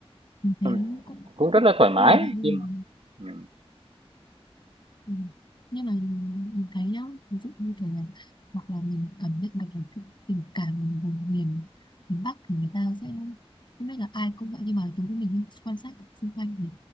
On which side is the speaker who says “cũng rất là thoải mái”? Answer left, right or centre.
Right